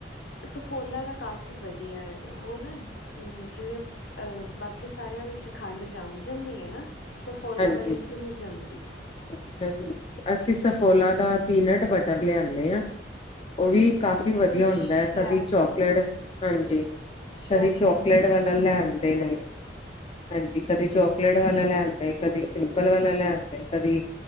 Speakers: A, on the left (about 70°); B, on the left (about 35°).
A: ਸਫੋਲਾ ਦਾ ਕਾਫ਼ੀ ਵਧੀਆ ਹੈਗਾ। ਉਹ ਨਾ ਜ-ਜਿਵੇਂ ਅਹ ਬਾਕੀ ਕੀ ਸਾਰਿਆਂ ਵਿੱਚ ਖੰਡ ਜੰਮ ਜਾਂਦੀ ਐ ਨਾ ਸਫੋਲਾ
B: ਹਾਂਜੀ।
A: ਵਾਲੇ ਚ ਨਹੀਂ ਜਮਦੀ।
B: ਅੱਛਾ ਜੀ। ਅਸੀਂ ਸਫੋਲਾ ਦਾ ਪੀਨਟ ਬਟਰ ਲਿਆਨੇ ਆ। ਉਹ ਵੀ ਕਾਫੀ ਵਧੀਆ
A: ਨਹੀਂ
B: ਹੁੰਦਾ
A: ਸ਼ਾਇਦ
B: ਐ, ਕਦੀ ਚੋਕਲੇਟ ਹਾਂਜੀ।
A: ਸ਼ਾਇਦ
B: ਕਦੇ ਚੋਕਲੇਟ
A: ਬਹੁਤ ਵਧੀਆ
B: ਵਾਲਾ ਲੈਣਦੇ
A: ਸਫੋਲਾ ਵਾਲਾ
B: ਨੇ। ਹਾਂਜੀ, ਕਦੀ ਚੋਕਲੇਟ ਵਾਲਾ ਲੈ ਆਂਦੇ, ਕਦੀ ਸਿੰਪਲ ਵਾਲਾ ਲੈ ਆਂਦੇ। ਕਦੀ